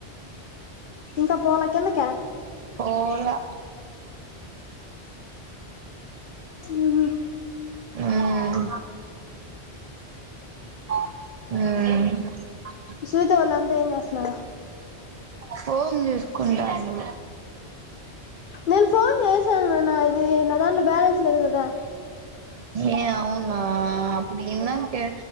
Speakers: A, on the left (about 55°); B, on the right (about 50°).
A: ఇంకా పోలే కింద కా
B: ఓలా
A: ఊహూ
B: హ్మ్ ఆ
A: చూసే వాళ్ళంతా ఏం చేస్ నా
B: ఫోన్ చుసుకుంటాను
A: నేను ఫోన్ చేసాను నాన్న ఇది, నా దాంట్లో బ్యాలెన్స్ లేదు కదా
B: ఏ అవునా అప్పుడు ఇందాకే